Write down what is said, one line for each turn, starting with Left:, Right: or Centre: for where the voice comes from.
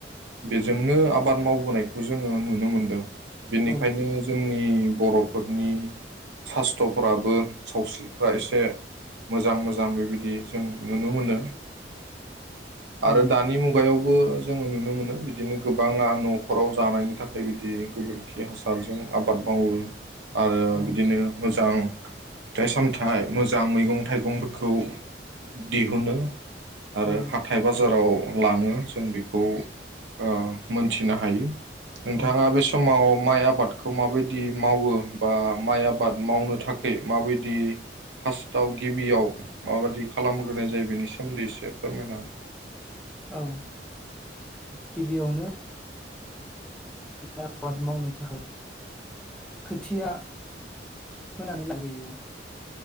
Right: बेजोंनो आबाद मावबोनायखौ खौ जोङो नुनो मोनदों बेनिखायनो
Centre: औ
Right: जोंनि बर'फोरनि सास्त्रफ्राबो सावस्रिफ्रा एसे मोजां मोजां बेबायदि जों नुनो मोनो आरो
Centre: औ
Right: दानि मुगायाव जो नुनो मोनो बिदिनो गोबाङा न'खराव जानायनि थाखाय बिदि गोबोरखि हासारजों आबाद मावो आरो
Centre: औ
Right: बिदिनो मोजां फिथाइ सामथाइ मोजां मैगं थाइगंफोरखौ दिहुनो आरो
Centre: औ
Right: हाथाय बाजाराव लाङो जों बेखौ ओ मोनथिनो हायो नोंथाङा
Centre: औ
Right: बे समाव माइ आबादखौ माबायदि मावो बा माइ आबाद मावनो थाखै माबायदि फार्स्टआव गिबियाव माबायदि खालामग्रोनाय जायो बेनि सोमोन्दै एसे फोरमायनो हागोन
Centre: औ गिबियावनो आबाद मावनो थाखाय खोथिया खोनादों ना ओरैयो